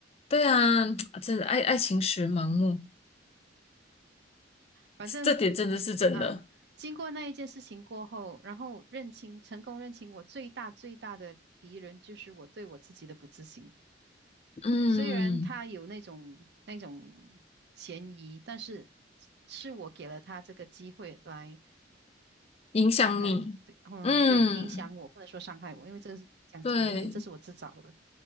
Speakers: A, on the left; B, on the right.
A: 对啊，<tsk> 真的爱爱情时盲目，
B: 反正
A: 这点真的是真的，
B: 啊，经过那一件事情过后，然后认清，成功认清我最大最大的敌人就是我对我自己的不自信。
A: 嗯，
B: 虽然他有那种那种嫌疑，但是是我给了他这个机会来。
A: 影响你，
B: 伤害，对，嗯，
A: 嗯，
B: 对，影响我，不能说伤害我，因为这个是讲白一点，
A: 对，
B: 这是我自找的